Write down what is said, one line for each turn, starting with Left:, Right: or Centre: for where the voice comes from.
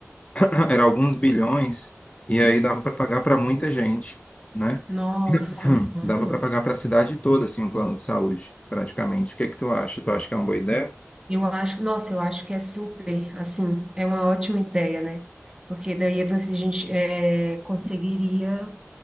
Left: <clears throat> era alguns bilhões, e aí dava para pagar para muita gente, né?
Right: Nossa.
Left: <clears throat>
Right: aham.
Left: Dava para pagar para a cidade toda, assim, um plano de saúde, praticamente. O que é que tu acha? Tu acha que é uma boa ideia?
Right: Eu acho, nossa, eu acho que é super, assim, é uma ótima ideia, né? Porque daí é você, a gente é, conseguiria.